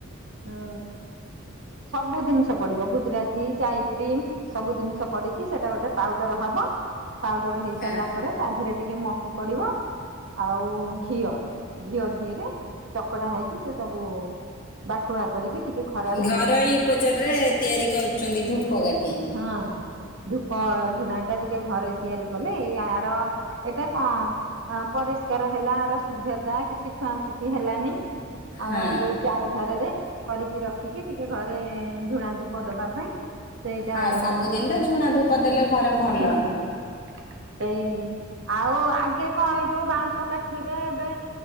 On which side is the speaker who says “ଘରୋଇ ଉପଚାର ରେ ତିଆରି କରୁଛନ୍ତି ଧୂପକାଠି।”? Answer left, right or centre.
Left